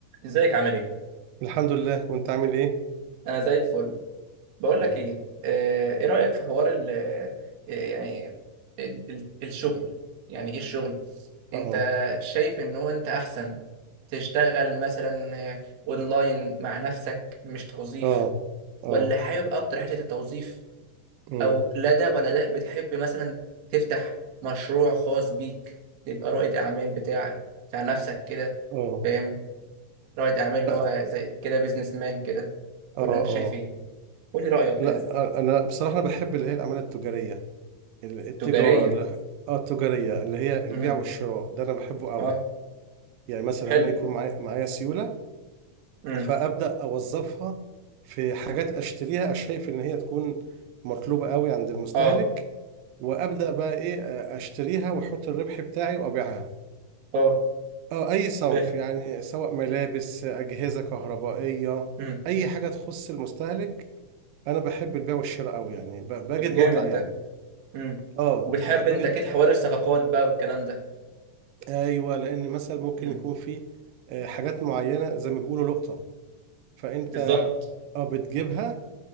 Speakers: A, on the right (about 65°); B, on the right (about 85°).
A: ازيك عامل ايه؟
B: الحمد لله وانت عامل ايه
A: انا زي الفل بقول
B: تمام
A: لك ايه آه، ايه رأيك في حوار ال آه، يعني ال- ال- الشغل يعني ايه الشغل
B: اه
A: انت شايف ان هو انت احسن تشتغل مثلا آه، اونلاين مع نفسك مش توظيف
B: اه اه
A: ولا حابب اكتر حتة التوظيف
B: امم
A: او لا ده ولا ده بتحب مثلا تفتح مشروع خاص بيك تبقى رائد اعمال بتاع بتاع نفسك كده
B: اه
A: فاهم رائد اعمال اللي
B: لا
A: هو زي كده بيزنس مان كده
B: اه
A: ولا انت
B: اه
A: شايف ايه قولي رأيك
B: لا
A: كده
B: انا بصراحه انا بحب اللي هي الاعمال التجاريه ال- التجاره
A: تجارية
B: اللي اه التجاريه اللي هي البيع
A: امم
B: والشراء ده انا بحبه قوي
A: اه
B: يعني مثلا
A: حلو
B: انا يكون معايا معايا سيوله
A: امم
B: فابدا اوظفها في حاجات اشتريها شايف ان هي تكون مطلوبه قوي عند المستهلك
A: اه
B: وابدا بقى ايه اشتريها واحط الربح بتاعي وابيعها
A: اه
B: اه اي صنف
A: فاهم
B: يعني سواء ملابس اجهزه كهربائيه
A: امم
B: اي حاجه تخص المستهلك انا بحب البيع والشراء قوي يعني ب- بجد
A: طب جامد
B: متعه يعني
A: ده امم
B: اه
A: وبتحب
B: ب- بجد
A: انت اكيد حوار الصفقات بقى والكلام ده
B: ايوه لان مثلا ممكن
A: امم
B: يكون في آه، حاجات معينه زي ما بيقولوا لقطه فانت
A: بالظبط
B: اه بتجيبها